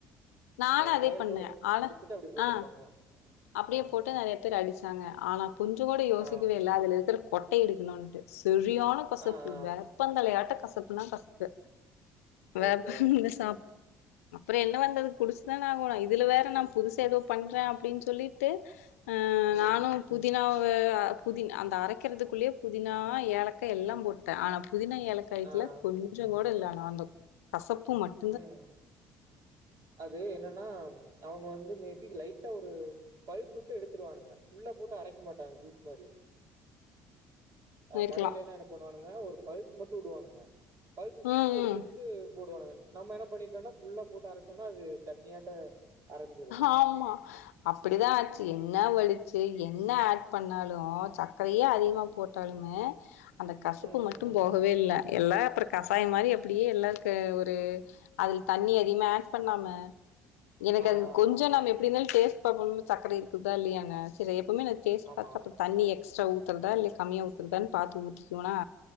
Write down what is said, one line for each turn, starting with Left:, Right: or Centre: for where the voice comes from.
Left: நானு
Right: அ
Left: அதே
Right: மேல்தோட
Left: பண்ணே ஆனா
Right: உறிச்சுட்டு அப்டி போட்டுருப்பாங்க
Left: ஆ அப்டியே
Right: ம்,
Left: போட்டு
Right: ம்,
Left: நெறைய
Right: ம்.
Left: பேர் அடிச்சாங்க ஆனா கொஞ்சங் கூட யோசிக்கவே
Right: ஆ.
Left: இல்ல அதுல இருக்க கொட்ட எடுக்கணுண்டு செரியான கசப்பு
Right: ஆ, ஆ.
Left: வே ப்பந்தளையாட்ட கசப்புனா கசப்பு வேப்பந்த
Right: ஓகே.
Left: சாப் அப்புற என்ன வந்தது குடிச்சுதான் ஆகணு இதுல வேற நா புதுசா ஏதோ பண்றேன் அப்டின் சொல்லிட்டு ஆ
Right: ம்.
Left: நானும் புதினாவ அ புதின அந்த அரைக்கிறதுக்குள்ளேயே புதினா ஏலக்கா எல்லா போட்டே ஆனா புதினா ஏலக் காய்க்லா
Right: ஆ.
Left: கொஞ்சங் கூட இல்ல ஆனா அந்த கசப்பு மட்
Right: ம் அது என்னன்னா அவ்ங்க வந்து மேபி லைட்டா ஒரு பல்ஸ்வுட்டு எடுத்துருவானுங்க புள்ளா போட்டு அரைக்க மாட்டாங்க ஜூஸ் மாரி ஆ
Left: இருக்கலாம்
Right: கடையிலொல்லா என்ன பண்ணுவானுங்க ஒரு பல்ஸ் மட்டும் வுடுவானுங்க பல்ஸ் வுட்டுட்டு
Left: உம்
Right: எடுத்து
Left: உம்
Right: எடுத்து போடுவானுங்க நம்ம என்ன பண்ணிட்டோன்னா ஃபுல்லா போட்டு அரைச்சோன்னா அது சட்னியாட்ட அரைஞ்சிரும்.
Left: ஆமா அப்டிதா ஆச்சி
Right: ம்.
Left: என்ன வலிச்சு என்ன ஆட் பண்ணாலு சர்க்கரையே அதிகமா போட்டாலுமே அந்த கசப்பு
Right: ம்,
Left: மட்டு
Right: ம், ம்.
Left: போகவே இல்ல எல்லா அப்புறம் கசாயம் மாரி அப்டியே எல்லாருக்கு ஒரு அதுல் தண்ணி அதிகமாஆட் பண்ணாம எனக்
Right: ஆ,
Left: அது
Right: ஆ,
Left: கொஞ்ச
Right: ஆ.
Left: நாம எப்டி இருந்தாலு டேஸ்ட் பண்ணு சர்க்கரை இருக்குதா இல்லையானு சேரி எப்பமே நானு டேஸ்ட்
Right: ஆமா,
Left: பாத்து
Right: ஆமா.
Left: தண்ணி எக்ஸ்ட்ரா ஊத்துறதா இல்ல கம்மியா ஊத்துறதா பாத்து ஊத்திக்குவனா